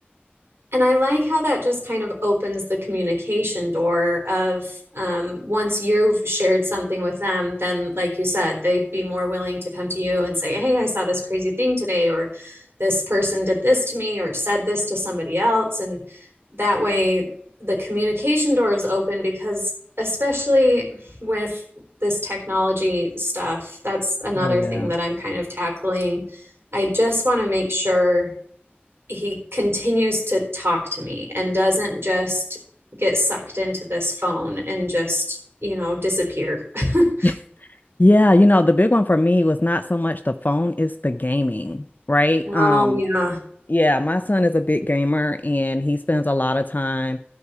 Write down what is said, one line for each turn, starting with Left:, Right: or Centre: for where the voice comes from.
Right: And I like how that just kind of opens the communication door of um, once you've shared something with them, then, like you said, they'd be more willing to come to you and say, Hey, I saw this crazy thing today, or this person did this to me, or said this to somebody else. And that way, the communication door is open because, especially with this technology stuff, that's another
Left: Oh, yeah.
Right: thing that I'm kind of tackling. I just want to make sure he continues to talk to me and doesn't just get sucked into this phone and just, you know, disappear. <laughs>
Left: <laughs> Yeah, you know, the big one for me was not so much the phone, it's the gaming, right?
Right: Oh,
Left: Um,
Right: yeah.
Left: Yeah, my son is a big gamer and he spends a lot of time